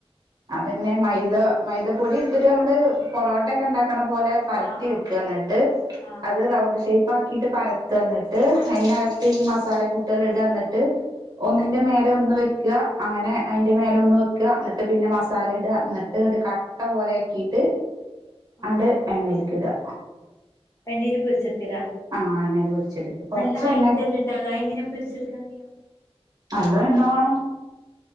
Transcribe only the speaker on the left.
ആഹ്
ആഹ്
ആഹ്
ആഹ്
ആഹ്
എണ്ണീല് പൊരിച്ചെട്ക്കലാ
നല്ല ഹൈറ്റല്ലേണ്ടാവാ
എങ്ങനെ പൊരിച്ചെടുക്കാൻകയ്യാ